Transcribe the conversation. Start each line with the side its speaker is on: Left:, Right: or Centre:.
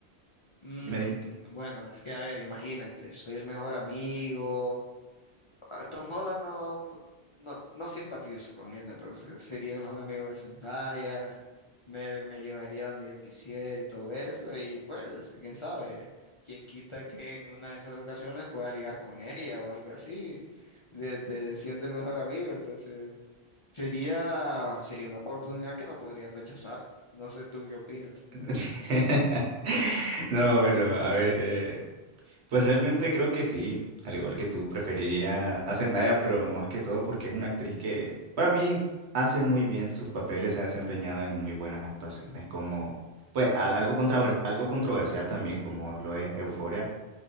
Left: Mm,
Right: Dime, dime.
Left: bueno, es que, a ver, imagínate, soy el mejor amigo. a Tom Holland no, no, no- no simpatizo con él, entonces sería el mejor amigo de Zendaya, me, me llevaría donde yo quisiera y todo eso, y pues, quién sabe, quién quita que en una de esas ocasiones pueda ligar con ella o algo así, desde siendo el mejor amigo, entonces sería, sería una oportunidad que no podría rechazar. No sé tú qué opinas.
Right: <laughs> No, bueno, a ver. eh, Pues realmente creo que sí, al igual que tú, preferiría a Zendaya, pero más que todo porque es una actriz que para mí hace muy bien sus papeles, se ha desempeñado en muy buenas actuaciones, como pues al- algo contraver- algo controversial también, como lo es Euphoria